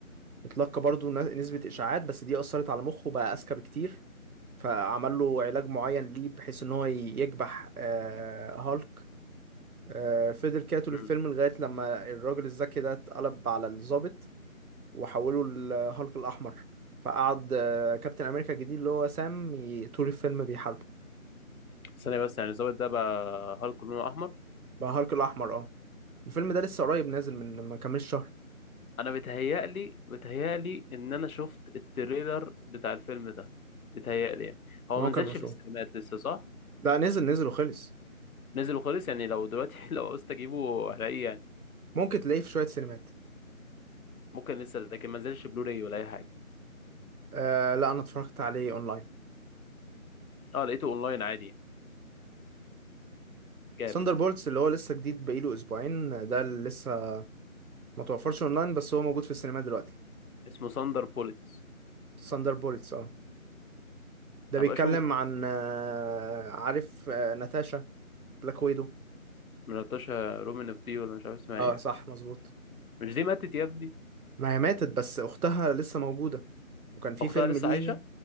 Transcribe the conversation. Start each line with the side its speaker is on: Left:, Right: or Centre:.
Right: اتلقى برضو ن- نسبة اشاعات بس دي اثرت على مخه بقى اذكى بكتير فعمل له علاج معين ليه بحيث ان هو ي- يكبح آه، هالك آه، فضل كده طول
Left: امم
Right: الفيلم لغاية لما الراجل الذكي ده اتقلب على الضابط وحوله لهالك الأحمر فقعد آه، كابتن أمريكا الجديد اللي هو سام ي- طول الفيلم بيحاربه
Left: ثانية بس يعني الضابط ده بقى هالك لونه أحمر
Right: بقى هالك الأحمر اه الفيلم ده لسه قريب نازل من ما كملش شهر
Left: انا بتهيألي بتهيألي ان انا شفت التريلر بتاع الفيلم ده بتهيألي يعني هو
Right: ما
Left: ما
Right: هو كان
Left: نزلش
Right: مشهور
Left: في السينمات لسه صح
Right: لا نزل نزل وخلص
Left: نزل وخلص يعني لو دلوقتي <laughs> لو عاوزت اجيبه هلاقيه يعني
Right: ممكن تلاقيه في شوية سينمات
Left: ممكن لسه لكن ما نزلش بلوراي ولا اي حاجه
Right: آه لا أنا اتفرجت عليه أونلاين
Left: اه لقيته اونلاين عادي يعني. جامد
Right: ثاندر بولتس اللي هو لسه جديد بقاله أسبوعين ده اللي لسه ما توفرش أونلاين بس هو موجود في السينما دلوقتي
Left: اسمه ساندر بوليتس
Right: ثاندر بولتس اه ده
Left: هبقى
Right: بيتكلم
Left: اشوف
Right: عن آه، عارف آه، ناتاشا بلاك ويدو
Left: من ناتاشا رومانوف دي ولا مش عارف اسمها
Right: اه
Left: ايه
Right: صح مظبوط
Left: مش دي ماتت يا ابني
Right: ما هي ماتت بس اختها لسه موجودة وكان في
Left: اختها
Right: فيلم
Left: لسه
Right: ليه
Left: عايشه